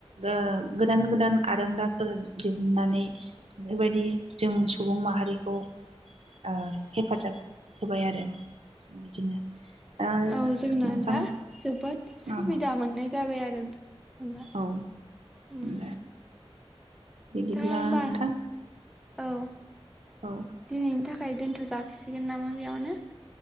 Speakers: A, on the right; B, in the centre.
A: ओ गोदान गोदान आरोंदाफोर दिहुननानै बेफोरबायदि जों सुबुं माहारिखौ ओ हेफाजाब होबाय आरो। बिदिनो दा
B: औ जोंना
A: नोंथां
B: दा जोबोद सुबिदा
A: औ
B: मोननाय जाबाय आरो जेनबा
A: औ
B: ओम
A: दे बिदिब्ला
B: दा होमबा
A: नोंथां
B: औ।
A: औ
B: दे नोंथां ‌। फमाय दोनथ'जागसिगोन नामा बेयावनो?